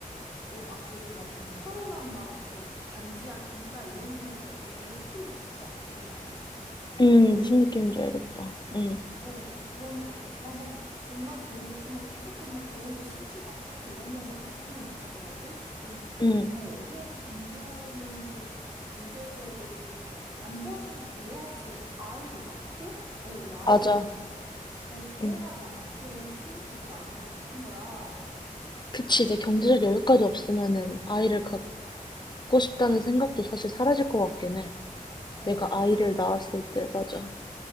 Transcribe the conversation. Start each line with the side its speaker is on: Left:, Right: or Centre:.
Right: 어, 막 되게 막 좀 허름한 막 이렇게 반지하 빌라 이런 데서 애기를 키우고 싶지 않거든, 나는?
Left: 음, 무슨 느낌인지 알겠다. 음,
Right: 어, 그러니까 막 막 정말 좋고 막 깨끗한 막 브랜드 신축 아파트 이런 데는 가지는 못하더라도 좀
Left: 음,
Right: 어, 어느 정도는 좀 경제적으로 좀 안정이 돼야지 아이도 낳고 어, 이 아이를
Left: 맞아.
Right: 너무 좀 어, 불행하지
Left: 음,
Right: 않게 키울 수 있지 않을까 싶은 거야.
Left: 그치. 이제 경제적 여유까지 없으면은 아이를 갖고 싶다는 생각도 사실 사라질 것 같긴 해.
Right: 어,
Left: 내가 아이를
Right: 근데
Left: 낳았을 때, 맞아.